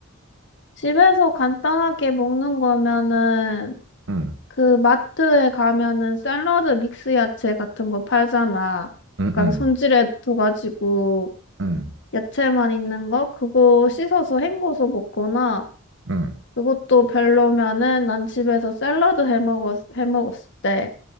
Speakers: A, on the left; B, on the right.
A: 집에서 간단하게 먹는 거면은
B: 응,
A: 그 마트에 가면은 샐러드 믹스 야채 같은 거 팔잖아.
B: 응,
A: 약간
B: 응,
A: 손질해 둬가지고
B: 응,
A: 야채만 있는 거? 그거 씻어서 헹궈서 먹거나
B: 응,
A: 그것도 별로면은 난 집에서 샐러드 해 먹었, 해 먹었을 때